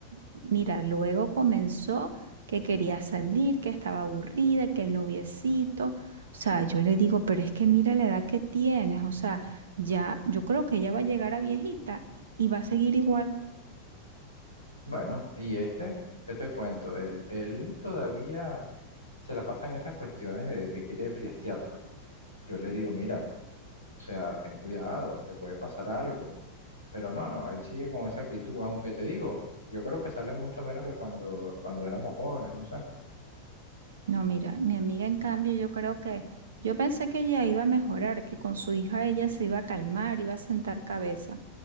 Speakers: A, on the right (about 60°); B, on the left (about 85°).
A: Mira, luego comenzó que quería salir, que estaba aburrida, que el noviecito, o sea, yo le digo, pero es que mira la edad que tienes, o sea, ya, yo creo que ella va a llegar a viejita y va a seguir igual.
B: Bueno, y este, ¿qué te cuento? Él, él todavía se la pasa en esas cuestiones de que quiere fiestear, pues. Yo le digo, mira, o sea, ten cuidado, te puede pasar algo. Pero no, no, él sigue con esa actitud, aunque te digo, yo creo que sale mucho menos que cuando, cuando éramos jóvenes, no sé.
A: No, mira, mi amiga en cambio, yo creo que, yo pensé que ella iba a mejorar, que con su hija ella se iba a calmar, iba a sentar cabeza.